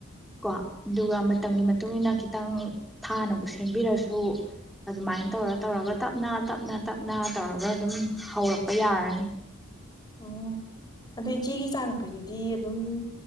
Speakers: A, in the centre; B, on the left.
A: ꯀꯣ ꯑꯗꯨꯒ ꯃꯇꯝꯒꯤ ꯃꯇꯨꯡ ꯏ ꯃꯇꯨꯡꯏꯟꯅ ꯈꯤꯇꯪ ꯊꯥꯅꯕꯨ ꯁꯦꯝꯕꯤꯔꯁꯨ ꯑꯗꯨꯃꯥꯏꯅ ꯇꯧꯔ ꯇꯧꯔꯒ ꯇꯞꯅ ꯇꯞꯅ ꯇꯞꯅ ꯇꯧꯔꯒ ꯑꯗꯨꯝ ꯍꯧꯔꯛꯄ ꯌꯥꯔꯅꯤ
B: ꯑꯣ ꯑꯗꯣ ꯏꯆꯦꯒꯤ ꯏꯆꯥꯅꯨꯄꯤꯗꯨꯗꯤ ꯑꯗꯨꯝ